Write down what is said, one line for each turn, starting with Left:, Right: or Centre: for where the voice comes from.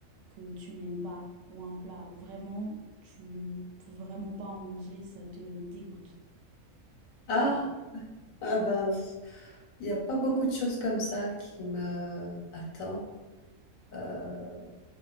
Right: que tu n'aimes pas ou un plat vraiment, tu ne peux vraiment pas en manger, ça te dégoûte,
Left: Ah!
Right: par exemple.
Left: Ah ben, pff, il n'y a pas beaucoup de choses comme ça qui me attendent. Euh,